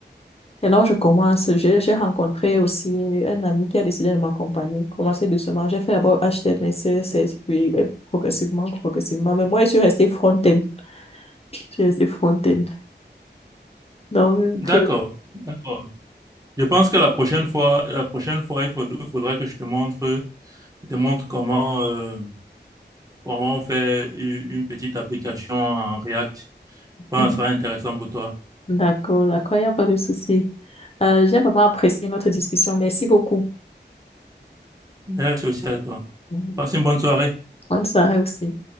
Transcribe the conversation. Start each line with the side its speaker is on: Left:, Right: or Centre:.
Left: C'est là où je commence. J'ai j'ai rencontré aussi un ami qui a décidé de m'accompagner. Commencer doucement. J'ai fait d'abord HTML, CSS, puis euh, progressivement, progressivement. Mais moi, je suis restée front-end. Je suis restée front-end. Donc,
Right: D'accord,
Left: euh, <laughs>
Right: d'accord. Je pense que la prochaine fois, la prochaine fois, il faut- il faudra que je te montre, je te montre comment, euh, comment faire u- une petite application en React. Je pense
Left: Mhm.
Right: que ça sera intéressant pour toi.
Left: d'accord, d'accord, il n'y a pas de souci. Euh, j'ai vraiment apprécié notre discussion. Merci beaucoup.
Right: Merci aussi à toi.
Left: Mhm.
Right: Passe une bonne soirée.
Left: On s'arrête aussi.